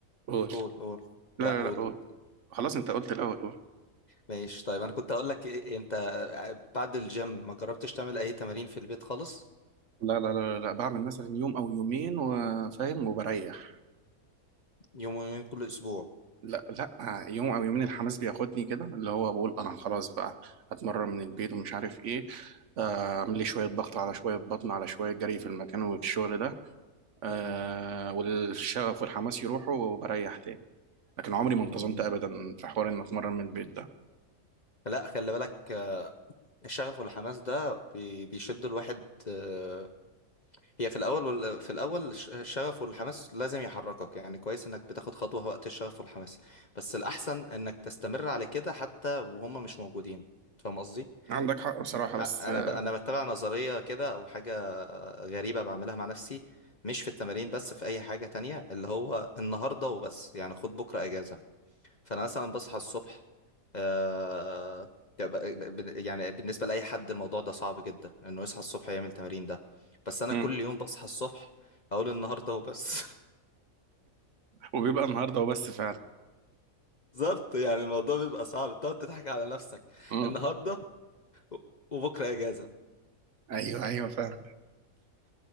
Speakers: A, on the right (about 60°); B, on the left (about 40°).
A: قول
B: قول قول
A: لا
B: لا
A: لا
B: قول
A: لا قول
B: انت.
A: خلاص أنت قلت الأول قول
B: ماشي طيب انا كنت اقول لك إيه إيه، انت بعد الجيم ما جربتش تعمل اي تمارين في البيت خالص
A: لا لا لا لا بعمل مثلا يوم او يومين وفاهم وبريح
B: يومين كل اسبوع
A: لا لا يوم او يومين الحماس بياخدني كده اللي هو بقول انا خلاص بقى هتمرن من البيت ومش عارف ايه آه، اعمل لي شويه ضغط على شويه بطن على شويه جري في المكان وفي الشغل ده آه،
B: مم.
A: والشغف والحماس يروحوا وبريح تاني لكن عمري ما انتظمت
B: مم.
A: ابدا في حوار ان اتمرن من البيت ده
B: لا خلي بالك الشغف والحماس ده بي- بيشد الواحد آه، هي في الاول وال... في الاول الش- الشغف والحماس لازم يحركك يعني كويس انك بتاخد خطوة وقت الشغف والحماس بس الاحسن انك تستمر على كده حتى وهم مش موجودين فاهم قصدي
A: عندك حق بصراحه بس
B: أ- انا
A: آه،
B: ب... انا بتبع نظرية كده او حاجة غريبة بعملها مع نفسي مش في التمارين بس في اي حاجة تانية اللي هو النهاردة وبس يعني خد بكرة اجازة فانا مثلا بصحى الصبح آه، يبقى- ب- يعني بالنسبه لاي حد الموضوع ده صعب جدا انه يصحى الصبح يعمل تمارين ده بس انا
A: مم.
B: كل يوم بصحى الصبح اقول النهارده وبس <laughs>
A: وبيبقى النهارده وبس فعلا
B: بالظبط يعني الموضوع بيبقى صعب تقعد تضحك على نفسك
A: مم.
B: النهارده و- وبكره اجازه
A: ايوه ايوه فاهم